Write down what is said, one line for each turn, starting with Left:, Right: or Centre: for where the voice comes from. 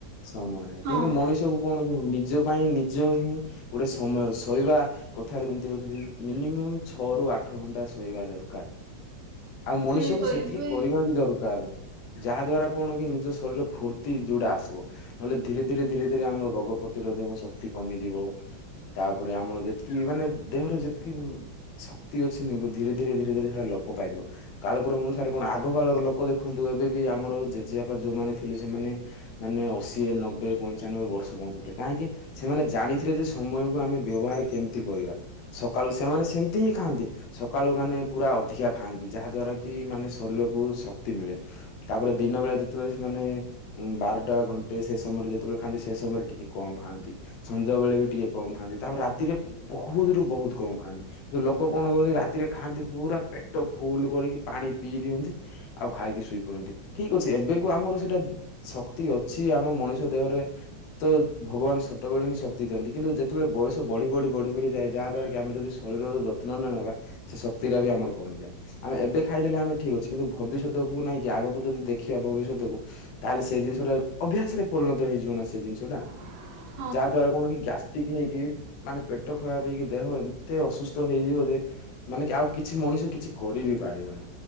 Left: ସମୟ ନାହିଁ
Right: ହଁ
Left: କିନ୍ତୁ ମଣିଷକୁ କଣ କି ନିଜ ପାଇଁ ନି ନିଜ ହିଁ ଗୋଟେ ସମୟ ଶୋଇବା କଥାରେ ଯେମତି ମିନିମମ୍ ଛଅ ରୁ ଆଠ ଘଣ୍ଟା ଶୋଇବା ଦରକାର।
Right: <inaudible>
Left: ଆଉ ମଣିଷକୁ
Right: ସେଇ ତ
Left: ସେତିକି
Right: ଏବେ
Left: କରିବା ବି ଦରକାର। ଯାହା ଦ୍ଵାରା କଣ କି ନିଜ ଶରୀର ଫୁର୍ତ୍ତି ଯଉଡା ଆସିବ ନହେଲେ ଧୀରେ ଧୀରେ ଧୀରେ ଧୀରେ ଆମ ରୋଗ ପ୍ରତିରୋଧକ ଶକ୍ତି କମିଯିବ। ତାପରେ ଆମର ଯେତିକି ମାନେ ଦେହରେ ଯେତିକି ଶକ୍ତି ଅଛି ନା ଧୀରେ ଧୀରେ ଧୀରେ ଧୀରୋ ହେଟା ଲୋ ପାଇିବ କାଳକ୍ରମ ଅନୁସାରେ କଣ ଆଗ କାଳର ଲୋକ ଦେଖନ୍ତୁ ଏବେ ବି ଆମର ଜେଜେବାପା ଯୋଉମାନେ ଥିଲେ ସେମାନେ ନି ମାନେ ଅଶୀ ନବେ ପଞ୍ଚାନବେ ବର୍ଷ ବଞ୍ଚୁଥିଲେ କାହିଁକି ସେମାନେ ଜାଣିଥିଲେ ଯେ ସମୟକୁ ଆମେ ବ୍ୟବହାର କେମିତି କରିବା ସକାଳୁ ସେମାନେ ସେମତି ହିଁ ଖାଆନ୍ତି। ସକାଳୁ ମାନେ ପୁରା ଅଧିକା ଖାଆନ୍ତି ଯାହାଦ୍ୱାରା କି ମାନେ ଶରୀରକୁ ଶକ୍ତି ମିଳେ ତାପରେ ଦି ଦିନବେଳେ ଯେତେବେଳେ ସେମାନେ ବାରଟା ଘଣ୍ଟେ ସେ ସମୟରେ ଯେତେବେଳେ ଖାଆନ୍ତି ସେ ସମୟରେ ଟିକେ କମ୍ ଖାଆନ୍ତି। ସନ୍ଧ୍ୟା ବେଳେ ବି ଟିକେ କମ୍ ଖାଆନ୍ତି ତାପରେ ରାତିରେ ବହୁତୁ ରୁ ବହୁତୁ କମ୍ ଖାଆନ୍ତି କିନ୍ତୁ ଲୋକ କଣ କରନ୍ତି ରାତିରେ ଖାଆନ୍ତି ପୁରା ପେଟ ଫୁଲ କରିକି ପାଣି ପିଇ ଦିଅନ୍ତି ଆଉ ଖାଇକି ଶୋଇ ପଡ଼ନ୍ତି ଠିକ୍ ଅ ଏବେକୁ ଆମର ସେଇଟା ଶକ୍ତି ଅଛି ଆମ ମଣିଷ ଦେହରେ ତ ଭଗବାନ ସ ଛଟବେଳେ ହିଁ ଶକ୍ତି ଦିଅନ୍ତି କିନ୍ତୁ ଯେତେବେଳେ ବୟସ ବଡ଼ି ବଡ଼ି ବ଼ଢ଼ି ଯାଏ ଯାହାଦ୍ୱାରା ଆମେ ଯଦି ଶରୀରର ଯତ୍ନ ନ ନେବା ସେ ଶକ୍ତି ଟା ବି ଆମର କମିଯାଏ ଆମେ ଏବେ ଖାଇଦେଲେ ଆମେ ଠିକ୍ ଅଛି କିନ୍ତୁ ଭବିଷ୍ୟତକୁ ନାଇଁ କିି ଆଗକୁ ଯଦି ଦେଖି ଶଖିବା ଭବିଷ୍ୟତକୁ ତାହେଲେ ସେ ଜିନିଷଟା ଅଭ୍ୟାସ ରେ ପରିଣତ ହେଇଯିବ ନା ସେ ଜିନିଷ ଟା।
Right: <inaudible>
Left: ଯାହାଦ୍ଵାରା କଣ କି ଗ୍ୟାସ୍ ିକ ହେଇକି ମାନେ ପେଟ ଖରାପ ହେଇକି ଦେହ ଏତେ ଅସୁସ୍ଥ ହେଇଯିବ ଯେ ମାନେ କି ଆଉ କିଛି ମ ମଣିଷ କିଛି କରିିବି ପାରିବନି